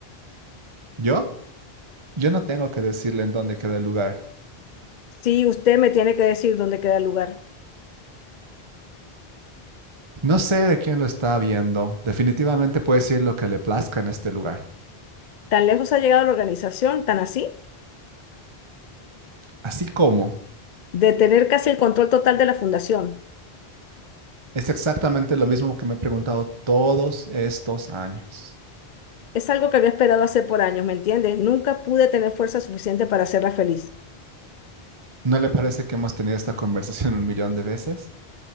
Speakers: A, on the right (about 30°); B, on the left (about 55°).
A: ¿Yo? Yo no tengo que decirle en dónde queda el lugar.
B: Sí, usted me tiene que decir dónde queda el lugar.
A: No sé de quién lo está viendo. Definitivamente puede decir lo que le plazca en este lugar.
B: ¿Tan lejos ha llegado la organización, tan así?
A: Así como
B: De tener casi el control total de la fundación.
A: Es exactamente lo mismo que me he preguntado todos estos años.
B: Es algo que había esperado hacer por años, ¿me entiende? Nunca pude tener fuerza suficiente para hacerla feliz.
A: ¿No le parece que hemos tenido esta conversación <laughs> un millón de veces?